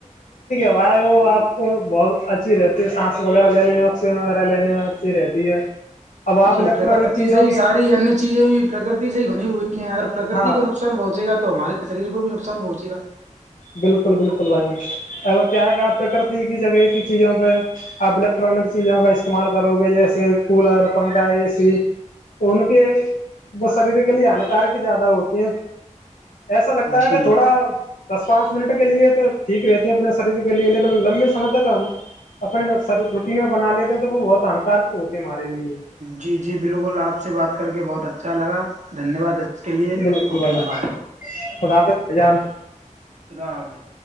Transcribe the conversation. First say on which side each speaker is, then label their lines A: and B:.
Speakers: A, on the left (about 80°); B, on the right (about 65°).
A: ائے وہ آپ کو بہت اچھی رہتی ہے سانس وغیرہ لینے میں آکسیجن وغیرہ لینے میں اچھی رہتی ہے اب آپ
B: جی
A: الیکٹرانک
B: پرکرتی
A: چیزوں
B: سے ہی
A: کی
B: ساری انیہ چیزیں بھی پرکرتی سے ہی بنی ہوئی ہے اگر پرکرتی
A: ہاں
B: کو نقصان پہنچے گا تو تو ہمارے شریر کو بھی نقصان پہنچےا
A: بالکل بالکل بھائیان اگر کیا ہے کیا پرکرتی کی جگہ کی چیزوں پہ آپ الیکٹرانک چیزوں کا استعمال کرو گے جیسے کولر پنکھا اے سی تو ان کے وہ شریر کے لیے ہانکارک زیادہ ہوتی ہے ایسا لگتا ہے
B: جی
A: کہ تھوڑا دس پانچ منٹ کے لیے تو ٹھیک رہتے ہیں اپنے شریر کے لیے لیکن لمبے سمے تک ہم اپنے روٹین میں بنا لیتے ہیں تو وہ بہت ہانکارک ہوتے ہے ہمارے لیے
B: جی جی بالکل آپ سے بات کر کے بہت اچھا لگا دھنیہ واد اس کے لیے
A: بالکل
B: اوکے
A: وزاک
B: بائے
A: خدافظ بجان
B: خدا حافظ